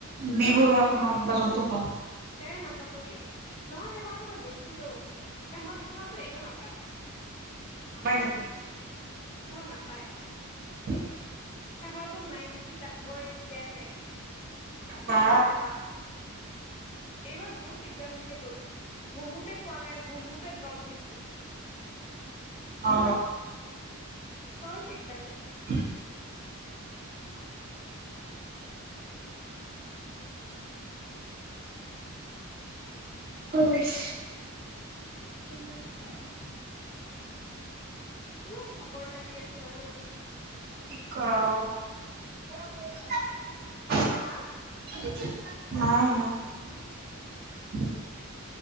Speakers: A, on the right (about 45°); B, on the left (about 25°).
A: বিবৰুৱা <unintelligible> বা যতো প
B: এ নাম নকবি নহয় শেই খনততো মই গৈছিলো তাৰ পিচত সেই খনত টো এনেও নাপায়।
A: <unintelligible>
B: অঁ, নাপায়।
A: <inaudible>
B: শেখানত তো নাইনটি লাগবই তেতিয়াহে
A: বা
B: নহলে নাপা। এইবাৰ বহুত দিগদাৰ হৈছে তো বহুতে পোৱা নাই বহুতে দ্ৰপ দিছে
A: অ
B: বহুত দিগদান
A: উম খ
B: কিম তামাম ভাগৰ লাগি আছে তেওঁৱ
A: কি কৰ <unintelligible>
B: হা
A: নাই নাই